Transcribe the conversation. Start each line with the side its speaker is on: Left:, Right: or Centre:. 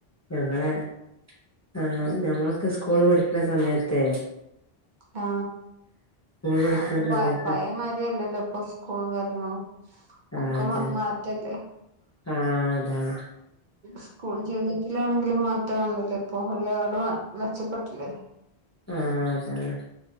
Left: ഞങ്ങളെ ആ ഞമ്മളക്കെ സ്കൂൾ പഠിക്കണ സമയത്തേ
Right: ആ
Left: പഠിക്ക്ണ
Right: അക്കൊപ്പം
Left: സമയത്ത്
Right: പയേമാരില്ലല്ലോ ഇപ്പൊ സ്കൂളും കാര്യങ്ങളും
Left: ആ
Right: ഒക്കെ
Left: അതെ
Right: മാ -മാറ്റല്ലേ
Left: ആ അതാണ്
Right: സ്കൂൾ ജീവിതത്തിലാണെങ്കിലും മാറ്റം വന്നില്ല ഇപ്പൊ ഒരുപാടെ മെച്ചപ്പെട്ടില്ലേ
Left: ആ അതാണ്